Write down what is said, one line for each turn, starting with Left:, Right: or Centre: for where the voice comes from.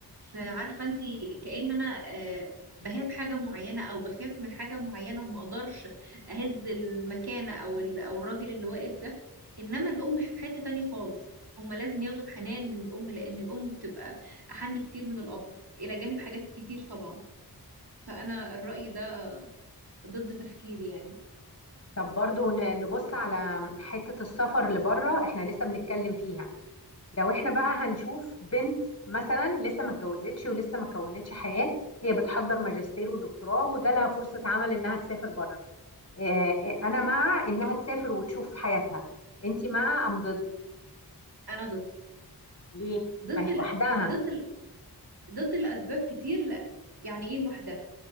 Right: فعارفة أنت كأن أنا آه، بهاب حاجة معينة أو بخاف من حاجة معينة وما أقدرش أهز المكانة أو ال- أو الراجل اللي واقف ده إنما الأم في حتة تانية خالص هما لازم ياخدوا الحنان من الأم لأن الأم بتبقى أحن كتير من الأب إلى جانب حاجات كتير طبعا فأنا الرأي ده ضد تفكيري يعني
Left: طب برضو ن- نبص على حتة السفر لبره احنا لسه بنتكلم فيها لو احنا بقى هنشوف بنت مثلا لسه ما اتجوزتش ولسه ما كونتش حياة هي بتحضر ماجستير ودكتوراه وجالها فرصة عمل انها تسافر بره اه آه، انا مع انها تسافر وتشوف حياتها انت مع ام ضد
Right: انا ضد
Left: ليه
Right: ضد
Left: ما هي
Right: الأ...
Left: لوحدها
Right: ضد ال... ضد الاسباب كتير لا يعني ايه لوحدها